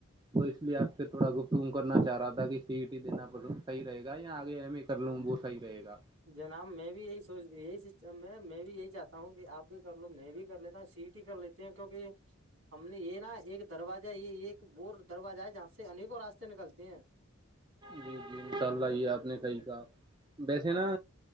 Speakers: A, on the right (about 20°); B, on the right (about 70°).
A: وہ اس لیے آپ سے تھوڑا گفتگو کرنا چاہ رہا تھا کہ سیٹی دینا صحی رہے گا یا آگے ایم ائے کر لوں وہ صحی رہے گا
B: جناب میں بھی یہی سوچ یہی میں بھی یہی چاہتا ہوں کہ آپ بھی کر لو میں بھی کر لیتا ہوں سیٹ ہی کر لیتا کیونکہ ہم نے یہ نا ایک دروجہ یہ ایک تو بور دروازہ ہے جہاں سے انیکوں راستے نکلتی ہیں
A: جی جی انشاء اللہ یہ آپ نے صحیح کہا ویسے
B: ہاں
A: نا